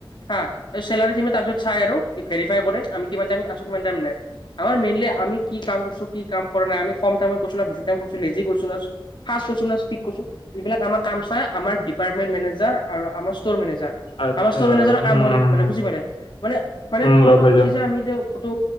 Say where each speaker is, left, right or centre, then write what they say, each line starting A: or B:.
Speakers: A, on the left; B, on the left.
A: হা এ চেলাৰী টিমে তাৰ পিছত চাই আৰু ভেৰিফাই কৰে আমি কিমান টাইম আছো কিমান টাইম নাই। আমাৰ মেইনলি আমি কি কাম কৰিছো, কি কাম কৰা নাই, আমি কম টাইমত কৰিছো না, বেছি টাইম কৰিছো, লেজি কৰিছো না ফাৰ্ষ্ট কৰিছো নে স্পিট কৰছো এইবিলাক আমাৰ কাম চাই আমাৰ ডিপাৰ্টমেণ্ট মেনেজাৰ আৰু আমাৰ ষ্টৰ মেনেজাৰ
B: আচ্ছা
A: আমাৰ ষ্টৰ মেনেজাৰৰ
B: উম
A: কাম
B: উম
A: হ'ল মানে
B: উম
A: বুজি পাৰে মানে মানে
B: উম,
A: ফটো
B: গম পাইছো
A: উঠি যে আমি যে ফটো